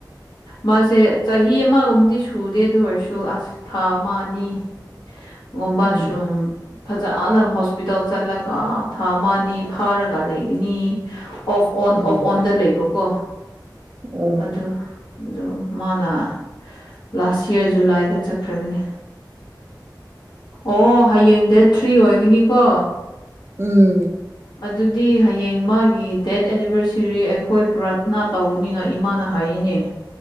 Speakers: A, on the left (about 75°); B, on the right (about 35°).
A: ꯃꯥꯁꯦ ꯆꯍꯤ ꯑꯃꯒꯨꯝꯗꯤ ꯁꯨꯗꯦ ꯑꯗꯨ ꯑꯣꯏꯔꯁꯨ ꯑꯁ ꯊꯥ ꯑꯃ ꯑꯅꯤ ꯒꯨꯝꯕ
B: ꯎꯝ
A: ꯁꯨꯝ ꯐꯥꯖꯅ ꯍꯣꯁꯄꯤꯇꯥꯜ ꯆꯠꯂꯒ ꯊꯥ ꯑꯃ ꯑꯅꯤ ꯐꯥꯔꯒ ꯂꯩꯒꯅꯤ ꯑꯣꯐ ꯑꯣꯟ
B: ꯎꯝ
A: ꯑꯣꯐ ꯑꯣꯟꯗ ꯂꯩꯕꯀꯣ
B: ꯑꯣ
A: ꯑꯗꯨ ꯑꯗꯨ ꯃꯥꯅ ꯂꯥꯁ ꯏꯌꯥꯔ ꯖꯨꯂꯥꯏꯗ ꯆꯠꯈ꯭ꯔꯕꯅꯦ ꯑꯣ ꯍꯌꯦꯡ ꯗꯦꯠ ꯊ꯭ꯔꯤ ꯑꯣꯏꯒꯅꯤꯀꯣ
B: ꯎꯝ
A: ꯑꯗꯨꯗꯤ ꯍꯌꯦꯡ ꯃꯥꯒꯤ ꯗꯦꯠ ꯑꯦꯅꯤꯚꯔꯁꯔꯤ ꯑꯩꯈꯣꯏ ꯄ꯭ꯔꯥꯊꯅꯥ ꯇꯧꯅꯤ ꯅꯣꯏ ꯏꯃꯥꯅ ꯍꯥꯏꯌꯦꯅꯦ